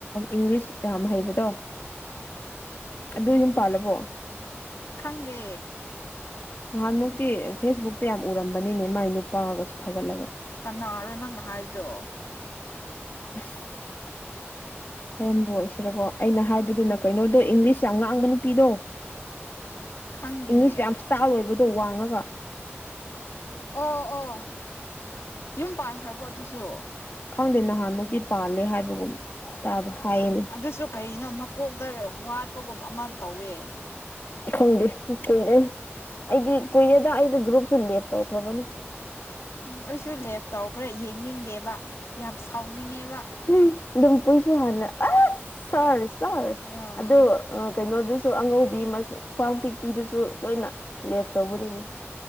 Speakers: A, on the left; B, on the left.
A: ꯏꯪꯔꯤꯁ ꯌꯥꯝ ꯍꯩꯕꯗꯣ ꯑꯗꯨ ꯌꯨꯝ ꯄꯥꯜꯂꯕꯣ
B: ꯈꯪꯗꯦ
A: ꯅꯍꯥꯟꯃꯨꯛꯇꯤ ꯐꯦꯁꯕꯨꯛꯇ ꯌꯥꯝ ꯎꯔꯝꯕꯅꯤꯅꯦ ꯃꯥꯏ ꯅꯨꯄꯥꯒꯁꯨ ꯊꯥꯒꯠꯂꯒ
B: ꯀꯅꯥꯔꯣ ꯅꯪꯅ ꯍꯥꯏꯗꯣ
A: ꯑꯁ ꯀꯔꯝꯕ ꯑꯣꯏꯁꯤꯔꫭꯀꫭ ꯑꯩꯅ ꯍꯥꯏꯕꯗꯨꯅ ꯀꯩꯅꯣꯗꯣ ꯏꯪꯂꯤꯁ ꯌꯥꯝ ꯉꯥꯡꯕ ꯅꯨꯄꯤꯗꯣ <unintelligible>
B: ꯈꯪꯗꯦꯅꯦ
A: ꯏꯪꯂꯤꯁ ꯌꯥꯝ ꯏꯁꯇꯥꯜ ꯑꯣꯏꯕꯗꯣ ꯋꯥꯡꯉꯒ
B: ꯑꯣ ꯑꯣ ꯌꯨꯝ ꯄꯥꯟꯈ꯭ꯔꯕꯣ ꯑꯗꯨꯁꯨ
A: ꯈꯪꯗꯦ ꯅꯍꯥꯟꯃꯨꯛꯇꯤ ꯄꯥꯜꯂꯦ ꯍꯥꯏꯕꯒꯨꯝ ꯇꯥꯕ ꯍꯥꯏꯌꯦꯅꯦ
B: ꯗꯨꯁꯨ ꯀꯩꯅꯣ ꯃꯀꯣꯛꯇ ꯋꯥꯠꯄꯒꯨꯝ ꯑꯃ ꯇꯧꯋꯦ
A: ꯈꯪꯗꯦ ꯀꯨꯏꯔꯦ ꯑꯩꯗꯤ ꯀꯨꯏꯔꯦꯗ ꯑꯩꯩꯗꯤ ꯒ꯭ꯔꯨꯞꯁꯨ ꯂꯦꯞ ꯇꯧꯈ꯭ꯔꯕꯅꯦ
B: ꯎꯝ ꯑꯩꯁꯨ ꯂꯦꯞ ꯇꯧꯈ꯭ꯔꯦ ꯌꯦꯡꯅꯤꯡꯗꯦꯕ ꯌꯥꯝ ꯁꯥꯎꯅꯤꯡꯉꯦꯕ
A: ꯎꯝ ꯂꯨꯝꯄꯨꯏꯁꯨ ꯍꯥꯟꯅ ꯑꯁ ꯁꯥꯔ ꯁꯥꯔ
B: ꯎꯝ
A: ꯑꯗꯣ ꯑ ꯀꯩꯅꯣꯗꯨꯁꯨ ꯑꯉꯧꯕꯤ <unintelligible> ꯈ꯭ꯋꯥꯡ ꯄꯤꯛꯄꯤꯗꯨꯁꯨ ꯂꯣꯏꯅ ꯂꯦꯞ ꯇꯧꯕꯅꯤꯅꯦ